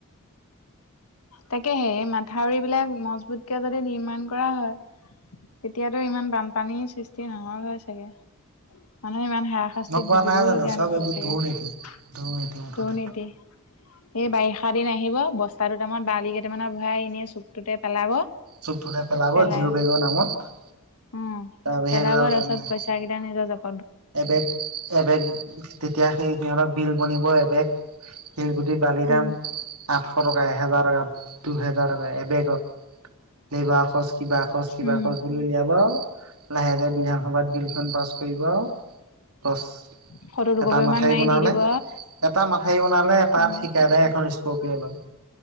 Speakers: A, on the left (about 80°); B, on the right (about 85°).
A: তাকেহে এই মাথাউৰি বিলাক মজবুতকে যদি নিৰ্মাণ কৰা হয়। তেতিয়াতো ইমান বানপানীৰ সৃষ্টি নহ'ল হয় চাগে। মানুহে ইমান হাৰাশাস্তিত
B: ন কোৱা
A: ভুগিবওলগীয়া
B: নাই জানো চব
A: নহ'ল
B: এইবোৰ
A: হয় চাগে
B: দুৰ্নীতি দুৰ্নীতি মুঠতে
A: দুৰ্নীতি। এই বাৰিষা দিন আহিব বস্তা দুটামানত বালি কেইটামানৰ ভৰাই এনে চুকটোতে পেলাব।
B: চুকটোতে পেলাব
A: পেলাই
B: জিঅ' বেগৰ নামত।
A: উম!
B: তাৰ বাহিৰে
A: পেলাব
B: একোডাল
A: তাৰপিছত
B: কাম নাই
A: পইচা কেইটা নিজৰ জেপত।
B: এবেগ, এবেগ তেতিয়া সেই সিহঁতৰ বিল বনিব এবেগ। শিলগুটি, বালিৰ দাম
A: উম
B: আঠশ টকা, এহেজাৰ টকা, দুহেজাৰ টকা এবেগত, লেবাৰৰ খৰচ কিবা খৰছ, কিবা
A: উম
B: খৰছ বুলি উলিয়াব আউ লাহেকে বিধানসভাত বিলখন পাছ কৰিব আউ বচ।
A: ফটো দুকপি
B: এটা মাথাউৰি
A: মান মাৰি
B: বনালে।
A: দি দিব
B: এটা মাথাউৰি বনালে এটা
A: উম
B: থিকাদাৰে এখন ইচ স্কপিয় লয়।